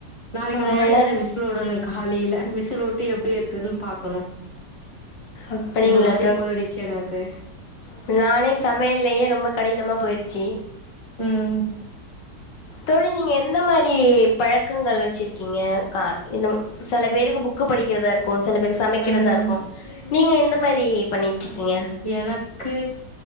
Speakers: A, on the left; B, on the left.
A: நாளைக்கு
B: அதனால
A: மறுபடியும் அத விசில் விடணும் காலையில விசில் விட்டு எப்டி இருக்குன்னு பாக்கணு
B: அப்படிங்களா
A: இந்த மாதிரி போயிடுச்சு. எனக்கு
B: இந்த நாளே, சமைலயே ரொம்ப கடினமா போயிருச்சு.
A: ம்...
B: தோழி நீங்க! எந்த மாதிரி பழக்கங்கள் வச்சிருக்கீங்க? கா இந்த சில பேருக்கு புக்கு படிக்கிறதா இருக் சில பேர் சமைக்கிறதா
A: ம்
B: இருக்கும். நீங்க எந்த மாதிரி பண்ணிட்டு இருக்கீங்க
A: எனக்கு